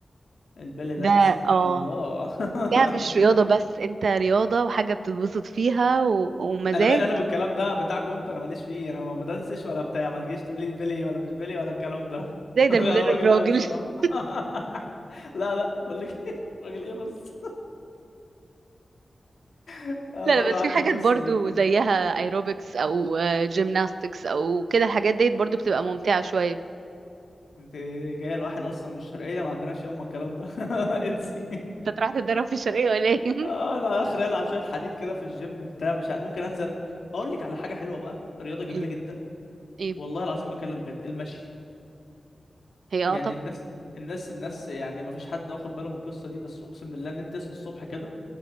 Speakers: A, on the left (about 80°); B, on the right (about 85°).
A: البالي
B: ده
A: دانسينج
B: اه
A: الله <laughs>
B: ده مش رياضة بس انت رياضة وحاجة بتتبسط فيها و... ومزاج
A: انا مالي انا بالكلام ده بتاعكم انتوا انا ماليش فيه انا ما بدنسش ولا بتاع ما تجيش تقولي لي بيلي ولا مش بيلي ولا الكلام ده
B: زي
A: <laughs> انا
B: ده المدرب
A: راجل
B: راجل
A: قوي صراحه
B: <laughs>
A: <laughs> لا لا بقول لك إيه، <laughs> راجل ايه بس لا،
B: لا
A: بره
B: لا بس
A: عني
B: في حاجات
A: القصه
B: برضو
A: دي
B: زيها ايروبكس او جيمناستكس او كده الحاجات ديت برضو بتبقى ممتعة شوية
A: انت جايه لواحد اصلا من الشرقيه ما عندناش يوم الكلام ده <laughs> انسي
B: انت رايح تتدرب في الشرقية ولا ايه
A: آه،
B: <laughs>
A: انا اخري العب شويه حديد كده في الجيم بتاع مش عارف ممكن انزل أت- اقول لك على حاجه حلوه بقى رياضه جميله
B: ايه
A: جدا
B: ايه
A: والله العظيم بكلم بجد المشي
B: هي
A: يعني
B: اه طب
A: الناس الناس الناس يعني ما فيش حد واخد باله من القصه دي بس اقسم بالله ان انت تصحي الصبح كده